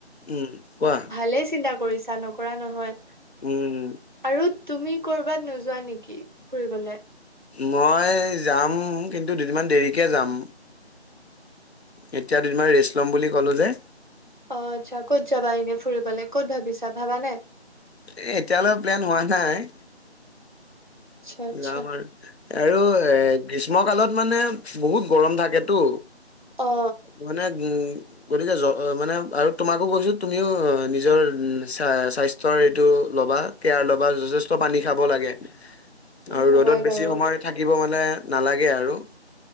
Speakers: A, on the left; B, on the right.
A: উম কোৱা।
B: ভালেই চিন্তা কৰিছা নকৰা নহয়।
A: উম।
B: আৰু তুমি ক'ৰবাত নোযোৱা নিকি ফুৰিবলে?
A: মই যাম কিন্তু দুদিনমান দেৰিকে যাম। এতিয়া দুদিনমান ৰেষ্ট ল'ম বুলি ক'লো যে।
B: অ আচ্ছা ক'ত যাবা ইনে ফুৰিবলে ক'ত ভাবিছা ভাবা নাই?
A: এ এতিয়ালৈ প্লেন হোৱা নাই।
B: আচ্ছা আচ্ছা
A: যাম আৰু আৰু এ গ্ৰীষ্ম কালত মানে বহুত গৰম থাকেতো।
B: অ
A: মানে উম গতিকে জ মানে আৰু তোমাকো কৈছো তুমিও নিজৰ স্বাস্থ্যৰ এইটো ল'বা কেয়াৰ ল'বা যথেষ্ট পানী খাব লাগে।
B: উম
A: আৰু ৰ'দত
B: হয়
A: বেছি
B: বাৰু
A: সময় থাকিব মানে নালাগে আৰু।